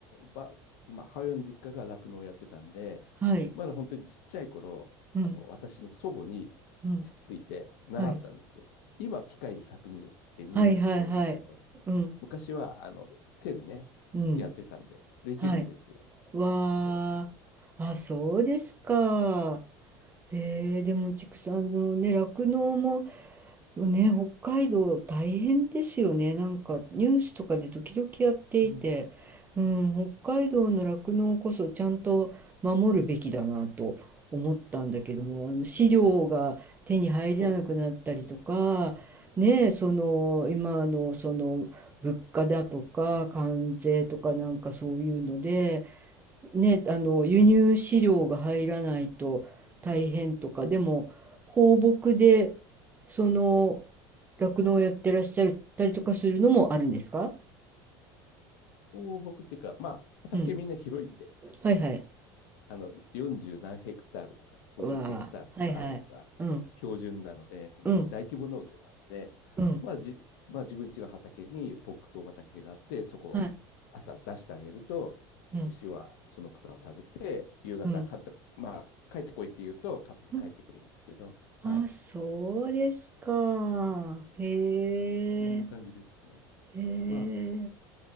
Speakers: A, on the left; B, on the right.
A: ば、まあ、母親の実家が酪農をやってたんで、
B: はい。
A: まだ本当にちっちゃい頃、
B: うん。
A: あの、私の祖母に
B: うん。
A: つっついて習ったんですよ。
B: はい。
A: 今、機械で搾乳ってミルク絞りますけど、
B: はいはいはい。うん。
A: 昔は、あの、手でね、
B: うん。
A: やってたんで、できるんですよ、
B: はい。わ
A: 私。
B: ー。あ、そうですか。へえ、でも畜産のね、酪農も、ね、北海道大変ですよね。なんかニュースとかで時々やっていて、
A: うん、
B: うん、北海道の酪農こそちゃんと守るべきだなと思ったんだけども、
A: そうですね。
B: あの飼料が手に入らなくなったりとか、
A: そう。そうそう。
B: ねえ、その今のその物価だとか関税とかなんかそういうので、ね、あの輸入飼料が入らないと大変とか、でも放牧でその酪農をやってらっしゃったりとかするのもあるんですか
A: 放牧っていうか、まあ、畑みんな広いんで、
B: うん。はいはい。
A: あの、40何ヘクタールとか、50ヘクタールとかあるのが標準なので、
B: うわあ、はいはい。うん、
A: この辺、
B: うん、
A: 大規模農業なので、
B: うん、
A: まあじ、まあ自分家の畑に牧草畑があって、そこ朝出してあげると、
B: はい。うん、
A: 牛はその草を食べて、夕方帰って、
B: うん、
A: まあ帰ってこいって言うと勝手に帰ってくるんですけど、
B: うん。あ、
A: はい。
B: そうですか。へえ、
A: そんな感じですね。
B: へえ。
A: まあ、